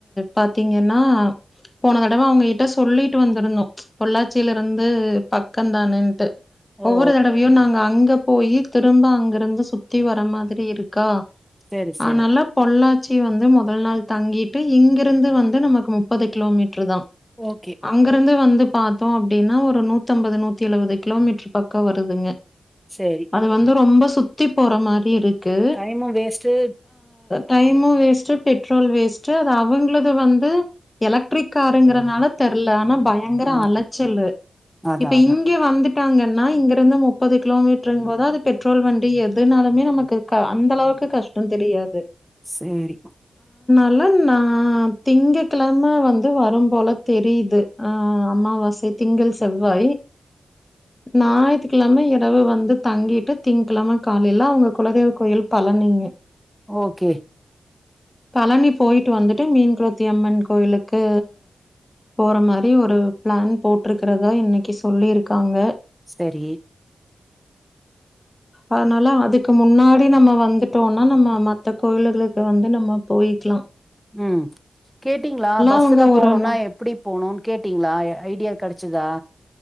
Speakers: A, on the left; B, in the centre.
A: பாத்தீங்கன்னா போன தடவ அவங்ககிட்ட சொல்லிட்டு வந்திருந்தோ பொள்ளாச்சிலருந்து பக்கந்தான டு
B: ஓ
A: ஒவ்வொரு தடவையு நாங்க அங்க போய்யி திரும்ப அங்கிருந்து சுத்தி வர மாதிரி இருக்கா
B: சரி
A: ஆனால
B: சரி
A: பொள்ளா ச்சி வந்து முதல் நாள் தங்கிட்டு இங்கிருந்து வந்து நமக்கு முப்பது கிலோமீட்டருதா
B: ஓகே
A: அங்கிருந்து வந்து பாத்தோ அப்படின்னா ஒரு நூத்தம்பது நூத்தி எழுபது கிலோமீட்டர் பக்க வருதுங்க
B: சரி
A: அது வந்து ரொம்ப சுத்தி போற மாரி இருக் கு
B: time waste
A: time waste petrol waste அது அவங்களது வந்து எலக்ட்ரிக் காருங்கிறதுனால தெரல ஆனா பயங்கர
B: ஆ
A: அலச்சல்லு
B: அதா
A: இப்ப
B: அதா
A: இங்க வந்துட் டாங்கன்னா இங்கிருந்து முப்பது கிலோமீட்டர் போது அது பெட்ரோல் வண்டி எதுனாலுமே நமக்கு அந்த அளவுக் கு கஷ்ட தெரியாது
B: சேரி
A: நா திங்க கெழமை வந்து வரும் போல தெரியுது அ அம்மாவாசை திங்கள் செவ்வாய் ஞாயத்துக்கிழமை இரவு வந்து தங்கிட்டு திங்கிழமை காலையில அவங்க குலதெய்வ கோயில் பழனி ங்க
B: ஓகே
A: பழனி போயிட்டு வந்துட்டு மீன் குருத்தி அம்மன் கோயிலுக்கு போற மாரி ஒரு பிளான் போட்டிருக்கிறதா இன்னைக்கு சொல்லிருக்காங்க
B: செரி
A: அதனால அதுக்கு முன்னாடி நம்ம வந்துட்டோனா நம்ம மத்த கோயில்களுக்கு வந்து நம்ம போயிக்கலா
B: ம் கேட்டீங்களா பஸ்ல
A: அவங்க ஒரு
B: போனுனா
A: ந
B: எப்டி போணுனு கேட்டீங்களா ஐடியா கிடைச்சதா